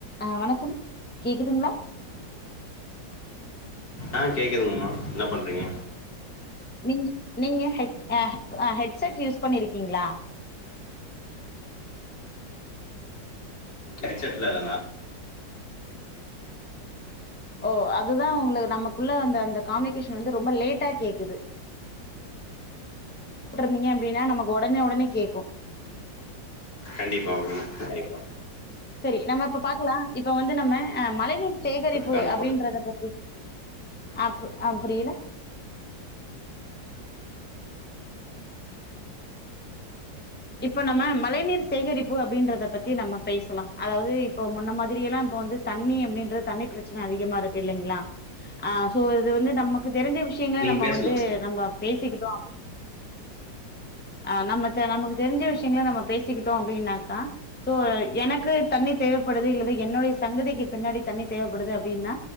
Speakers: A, in the centre; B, on the left (about 70°).
A: ஆ வணக்கம் கேக்குதுங்களா
B: ஆ கேக்குதுங்கம்மா என்ன பண்றீங்க
A: நீங் நீங்க ஹெட் ஆ ஹெட்செட் யூஸ் பண்ணிருக்கீங்களா
B: ஹெட்செட்ல்லதானா
A: ஓ அதுதா உங்களுக்கு நமக்குள்ள வந்த அந்த த காம்மிகேஷன் வந்து ரொம்ப லேட்டா கேக்குது கூட்டிருந்தீங்க அப்டினா நமக்கு ஒடனே ஒடனே கேக்கு
B: கண்டிப்பாங்க கண்டிப்பா
A: செரி நம்ம இப்ப பாக்கலா இப்ப வந்து நம்ம மழை நீர் சேகரிப்பு
B: அடுத்த காலில்
A: அப்டின்றத
B: போட்டு
A: பத்தி அப் அ புரியல இப்ப நம்ம மழை நீீர் சேகரிப்பு அப்டின்றத பத்தி நம்ம பேசலா அதாவது இப்ப முன்ன மாதிரிலா இப்ப வந்து தண்ணி அப்டின்றது தண்ணி பிரச்சன அதிகமாருக்கு இல்லைங்ளா ஆ சோ இது வந்து நமக்கு தெரிஞ்ச விஷ்யங்கள
B: நீங்கள்
A: நம்ம
B: பேசலாம்
A: வந்து நம்ம பேசிக்கிட்டோ ஆ நம்ம நமக்கு தெரிஞ்ச விஷ்யங்கள நம்ம பேசிக்கிட்டோ அப்டின்னாக்கா சோ எனக்கு தண்ணி தேவப்படுது இல்லது என்னுடைய சங்கதிக்கு பின்னாடி தண்ணி தேவப்படுது அப்டினா